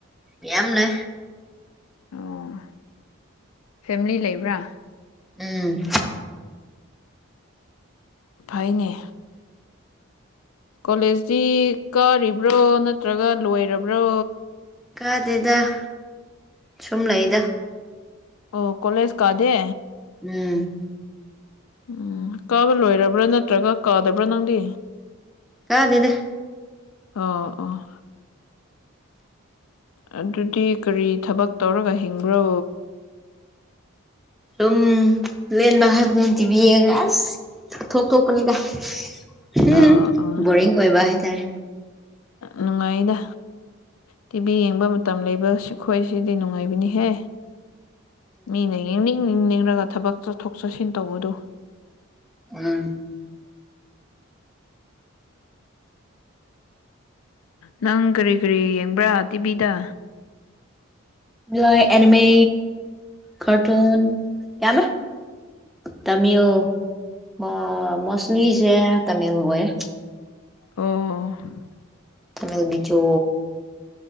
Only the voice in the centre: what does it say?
ꯌꯥꯝꯅꯦ
ꯎꯝ
ꯀꯥꯗꯦꯗ ꯁꯨꯝ ꯂꯩꯗ
ꯎꯝ
ꯇꯥꯗꯦꯗ
ꯔꯨꯝ ꯂꯦꯟꯕ ꯍꯥꯥꯔꯕꯗꯨꯅꯤ ꯇꯤꯕꯤ ꯌꯦꯡꯉꯥ ꯑꯁ ꯊꯣꯛꯇꯣꯛꯄꯅꯤꯗ <unintelligible>
ꯕꯣꯔꯤꯡ ꯑꯣꯏꯕ ꯍꯥꯏꯇꯥꯔꯦ
ꯎꯝ
<unintelligible> ꯑꯦꯅꯤꯃꯦ ꯀꯥꯔꯇꯨꯟ ꯌꯥꯝꯃꯦ ꯇꯃꯤꯜ ꯃꯣ ꯃꯣꯁꯂꯤꯁꯦ ꯇꯥꯃꯤꯜ ꯑꯣꯏꯌꯦ
ꯇꯣ ꯕꯤꯖꯣ